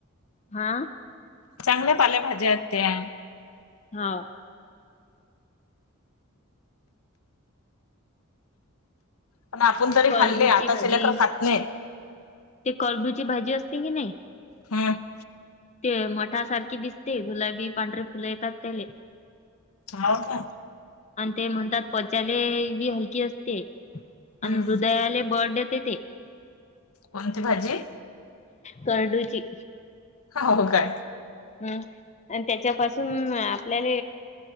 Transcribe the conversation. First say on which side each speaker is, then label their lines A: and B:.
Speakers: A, on the left; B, on the left.
A: हा.
B: चांगल्या पालेभाज्या आहेत त्या.
A: हा.
B: पण आपण तरी
A: करडूची
B: खाल्ले आताचे
A: भाजी.
B: लेकर खात नाहीत.
A: ते करडूची भाजी असते की नाही
B: हम.
A: ते मठासारखी दिसते गुलाबी पांढरे फुले येतात त्याले.
B: हा का?
A: आणि ते म्हणतात पच्याले बी हलकी असते आणि
B: हम्म
A: हृदयाले बळ देते ते.
B: कोणती भाजी?
A: करडूची
B: हो हो काय
A: हम् आणि त्याच्यापासून आपल्याला